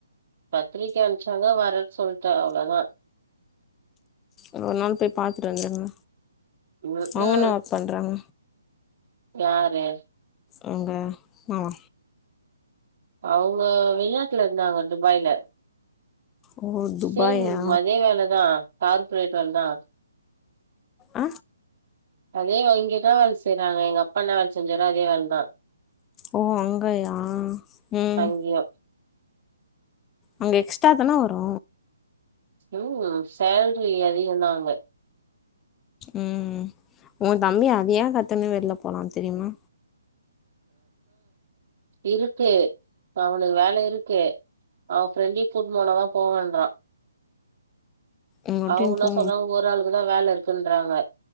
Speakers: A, on the right; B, on the left.
A: பத்திரிக்க அனுப்ச்சாங்க வரேனு சொல்ட்டே அவ்ளோதா
B: ஒரு நாள் போய் பாத்துட்டு வந்துருங்க
A: ம்ஹ்ம்.
B: அவுங்க என்ன ஒர்க் பண்றாங்க
A: யாரு
B: அவுங்க மாமா
A: அவுங்க வெளிநாட்டுல இருந்தாங்க துபாய்ல
B: ஓ துபாயா
A: சேம் அதே வேலைதா கார்ப்ரேட் வேலைதா
B: அ
A: அதே வாங்கிதா செய்றாங்க எங்க அப்பா என்ன வேல செஞ்சாரோ அதே வேலதா
B: ஓ அங்கயா ம்
A: அங்கயு
B: அங்க எக்ஸ்ட்ரா தான வரு
A: ம் சால்ரி அதிகன்தா அங்க
B: ம் உன் தம்பி அதையா கத்துன்னு வெள்ல போனா தெரியுமா
A: இருக்கு அவனுக்கு வேலை இருக்கு அவ ஃப்ரெண்ட்டயு கூட்னு போனாதா போவேன்றா
B: உங்கட்டின்னு
A: அவுங்க என்ன
B: போ
A: சொல்றாங்க ஒரு ஆளுக்குதா வேல இருக்குன்றாங்க